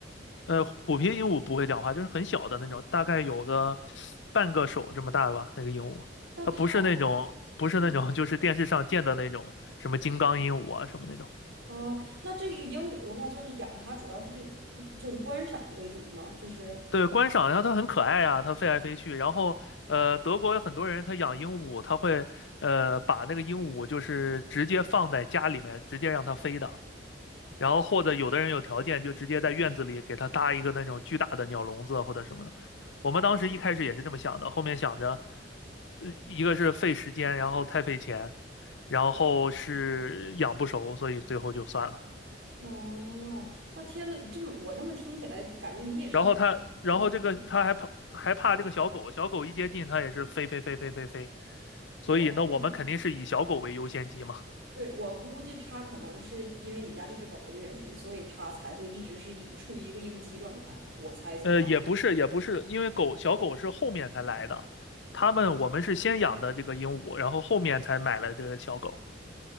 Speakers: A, on the left (about 70°); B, on the right (about 85°).
A: 呃，虎皮鹦鹉不会讲话，就是很小的那种，大概有个半个手这么大吧，那个鹦鹉。
B: 那他
A: 它不是那种，不是那种，
B: 嗯
A: 就是电视上见的那种什么金刚鹦鹉啊什么那种。
B: 啊，那这个鹦鹉的话，就是养它主要是嗯就是观赏为主吗？就是。
A: 对，观赏，然后它很可爱啊，它飞来飞去。然后，呃，德国有很多人他养鹦鹉，他会呃把那个鹦鹉就是直接放在家里面，直接让它飞的。然后或者有的人有条件，就直接在院子里给它搭一个那种巨大的鸟笼子或者什么的。我们当时一开始也是这么想的，后面想着，呃，一个是费时间，然后太费钱，然后是养不熟，所以最后就算了。
B: 哦，那天呐，这么我这么听起来，感觉你也是特别喜欢小动物。
A: 然后他，然后这个他还怕还怕这个小狗，小狗一接近它也是飞飞飞飞飞飞，
B: 我估计，
A: 所以那我们肯定是以小狗为优先级嘛。
B: 对，我估计它可能是因为你家这只狗的原因，所以它才会一直是一处于一个应激状态。我猜测啊，
A: 呃，也不是也不是，因为狗小狗是后面才来的，他们我们是先养的这个鹦鹉，然后后面才买了这个小狗。